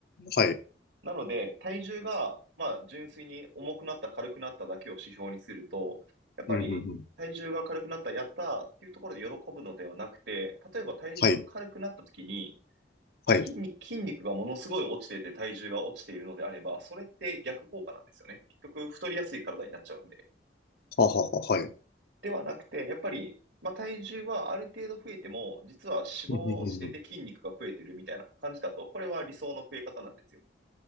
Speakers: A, on the left (about 55°); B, on the right (about 80°).
A: はい。
B: なので、体重が、まあ、純粋に重くなった、軽くなっただけを指標にすると、やっぱり、
A: うんうんうん。
B: 体重が軽くなった、やったーっていうところで喜ぶのではなくて、例えば体重が軽くなった時に、
A: はい。はい。
B: 筋肉、
A: は
B: 筋肉がものすごい落ちてて体重が落ちているのであれば、それって逆効果なんですよね。結局太りやすい体になっちゃうんで。
A: あはあはあ、はい。
B: ではなくて、やっぱり、まあ、体重はある程度増えても、実は脂肪は落ちてて筋肉が増えてるみたいな感じだと、
A: うんうんうんうん。
B: これは理想の増え方なんですよ。